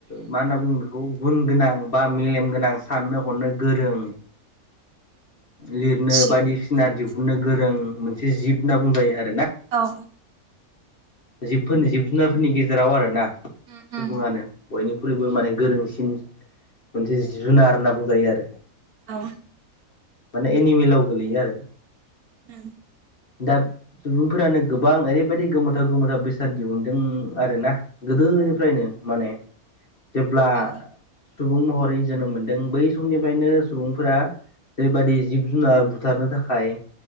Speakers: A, on the left; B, on the right.
A: मा होनना बुङो बे खौ गुन गोनां बा मेलेम गोनां साननो हरनो गोरों लिरनो
B: जिब
A: बायदिसिना
B: नामा
A: दिहुननो गोरों मोनसे जिब होनना बुंजायो आरो
B: औ औ
A: जिबफोरनि जिब जुनारफोरनि गेजेराव आरो ना
B: उम
A: सुबुङानो
B: उम
A: बयनिख्रुइबो माने गोरोंसिन मोनसे जिब जुनार होनना बुंजायो आरो
B: औ
A: माने एनिमेलाव गोलैयो आरो
B: उम
A: दा सुबुंफोरानो गोबां ओरैबायदि गोमोथाव गोमोथाव बेसाद दिहुनदों आरोना गोदोनिफ्रायनो
B: औ
A: माने जेब्ला
B: औ
A: सुबुं महरै जोनोम मोनदों बै समनिफ्रायनो सुबुंफोरा जेरैबायदि जिब जुनार बुथारनो थाखाय